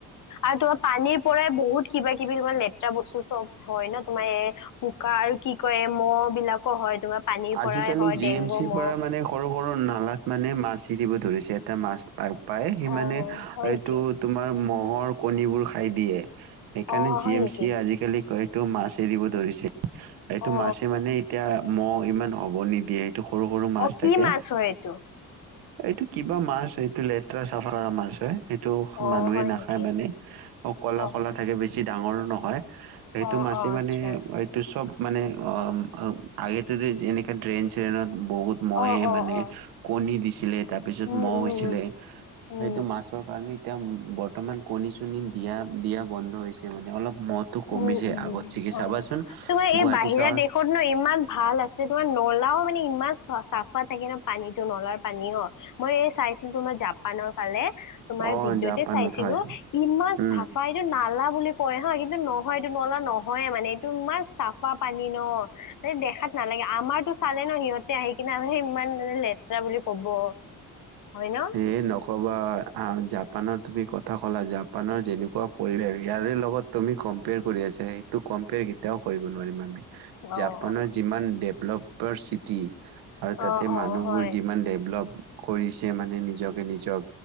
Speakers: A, on the left; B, on the right.
A: আৰু তোমাৰ পানীৰ পৰাই বহুত কিবা কিবি হয় বস্তু চব হয় ন তোমাৰ এ পোকা আৰু কি কয় এ মহ' বিলাকো হয় তোমাৰ পানীৰ পৰাই
B: আজিকালি
A: হয়
B: জি
A: ডেংগু
B: এম চিৰ
A: মহ
B: পৰা মানে সৰু সৰু নালাত মানে মাছ এৰিব ধৰিছে এটা মাছ পা পায় সি
A: অ
B: মানে
A: হয়
B: এইটো
A: নেকি
B: তোমাৰ মহ'ৰ কণীবোৰ খাই দিয়ে সেকাৰণে
A: অ
B: জি
A: হয়
B: এম
A: নেকি
B: চিয়ে আজিকালি কয়টো মাছ এৰিব ধৰিছে এইটো
A: অ
B: মাছে মানে এতিয়া মহ ইমান হ'ব নিদিয়ে ত সৰু সৰু মাছ
A: অ কি
B: থাকে
A: মাছ হয় এইটো
B: এইটো কিবা মাছ এইটো লেতেৰা চাফা কৰা মাছ হয় সেইটো
A: অ
B: মানুহে
A: হয়
B: নাখায়
A: নেকি
B: মানে ক'লা
A: অ
B: ক'লা থাকে বেছি ডাঙৰ নহয় সেইটো
A: অ
B: মাছে
A: অ আচ্ছা
B: মানে এইটো চব মানে অ আগে যদি এনেকে ড্ৰেইন চ্ৰেইনত বহুত মহে
A: অ অ
B: মানে
A: অ
B: কণী দিছিলে তাৰপিছত
A: উম
B: মহ
A: উম
B: হৈছিলে
A: উম
B: সেইটো মাছৰ কাৰণে এতিয়া বৰ্তমান কণী চণী দিয়া দিয়া বন্ধ হৈছে মানে অলপ মহটো কমিছে
A: উম উম
B: আগত চিকি
A: হয়
B: চাবাচোন
A: তোমাৰ এই
B: গুৱাহাটী
A: বাহিৰা
B: চহৰ
A: দেশত ন ইমান ভাল আছ যে তোমাৰ নলাও মানে ইমান চা চাফা থাকে ন পানীটো নলাৰ পানীও মই চাইছিলো তোমাৰ জাপানৰ ফালে তোমাৰ
B: অ
A: ভিডিঅ'তে
B: জাপানত
A: চাইছিলো
B: হয়
A: ইমান
B: উম
A: চাফা ইটো নালা বুলি কয় হা কি এইটো নহয় এইটো নলা নহয় মানে এইটো ইমান চাফা পানী ন মানে দেখাত নালাগে আমাৰতো চালে ন, সিহতে আহি কিনে ইমান মানে লেতেৰা বুলি কব। হয় ন
B: এ নকবা আ' জাপানত তুমি কথা ক'লা, জাপানৰ যেনেকুৱা পৰিৱেশ ইয়াৰে লগত তুমি কম্পেয়াৰ কৰি আছা। সেইটো কম্পেয়াৰ কেতিয়াও কৰিব নোৱাৰিম আমি,
A: অ
B: জাপানৰ
A: অ
B: যিমান ডেভলপাৰ চিটি। আৰু
A: অ',
B: তাতে
A: অ',
B: মানুহবোৰ
A: হয়
B: যিমান ডেভলপ কৰিছে মানে নিজকে নিজক।